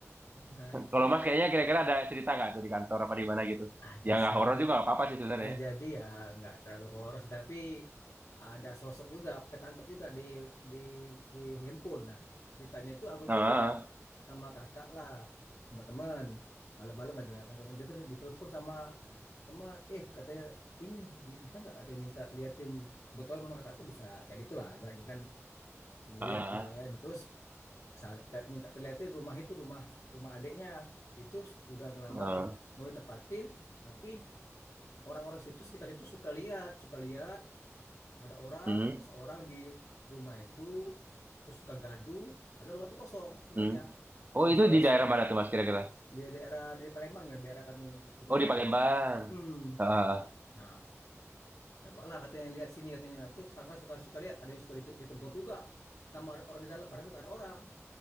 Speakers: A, on the left; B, on the right.
A: menarik
B: Kalau
A: juga.
B: Mas kayaknya kira-kira ada cerita nggak tuh di kantor apa di mana gitu?
A: Ada
B: Ya nggak
A: sih.
B: horor juga nggak apa-apa sih sebenarnya.
A: Ah, jadi ya nggak terlalu horor, tapi ada sosok juga, ketangkep juga di di di handphone. Nah, ceritanya itu aku
B: Nah.
A: tuh sama kakak lah, sama teman. Malam-malam lagi nongkrong, dia tuh ditelepon sama teman. Eh, katanya ini di- bisa nggak katanya minta liatin kebetulan memang kakak tuh bisa kayak gitulah ibaratnya kan ngelihat
B: Ah,
A: lah ya. Nah, terus Kesana- minta terlihatin rumah itu rumah rumah adiknya itu udah lama
B: ah,
A: nggak mau ditempatin tapi orang-orang situ sekitar situ suka lihat suka lihat ada orang
B: hmm,
A: seseorang di rumah itu terus suka gaduh padahal rumah itu kosong sebenarnya
B: hmm. Oh,
A: ada
B: itu
A: suara
B: di daerah
A: se-
B: mana tuh Mas kira-kira?
A: di daerah di Palembang ya daerah kami di Palembang
B: Oh, di Palembang.
A: hmm
B: Ah,
A: nah cobalah katanya lihat sini katanya itu tetangga suka suka lihat ada yang suka dite- ditegur juga sama ada orang di dalam padahal nggak ada orang